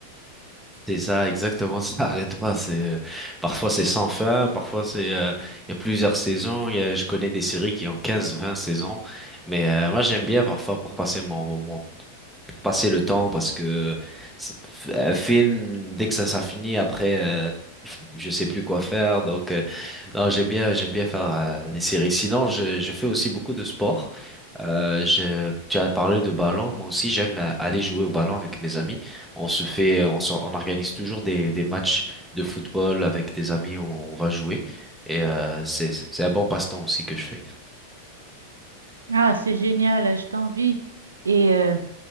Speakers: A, in the centre; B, on the right.
A: C'est ça, exactement, <laughs> ça n'arrête pas. C'est euh, parfois c'est sans fin, parfois c'est euh, il y a plusieurs saisons. Il y a, je connais des séries qui ont 15, 20 saisons, mais euh, moi j'aime bien parfois pour passer mon, mon pour passer le temps parce que c'est- un film, dès que ça, ça finit, après, euh, il faut- je sais plus quoi faire. Donc, euh, non, j'aime bien, j'aime bien faire euh, les séries. Sinon, je, je fais aussi beaucoup de sport. Euh, je, tu as parlé de ballon, moi aussi j'aime euh, aller jouer au ballon avec mes amis. On se fait, on, s'or- on organise toujours des, des matchs de football avec des amis, on, on va jouer et euh, c'est c'est un bon passe-temps aussi que je fais.
B: Ah, c'est génial, je t'envie. Et euh,